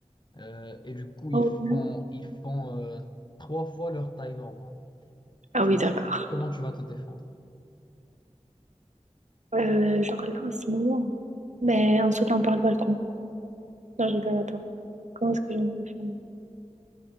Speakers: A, on the left; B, on the right.
A: Euh, et du coup, ils
B: Oh,
A: font,
B: ouais.
A: ils font euh, trois fois leur taille normale.
B: Ah
A: Tu
B: oui,
A: vois,
B: d'accord.
A: comment tu vas te défendre?
B: Euh, genre là, en ce moment, ben, en sautant par le balcon. Non, je rigole, attends. Comment est-ce que je me défendre?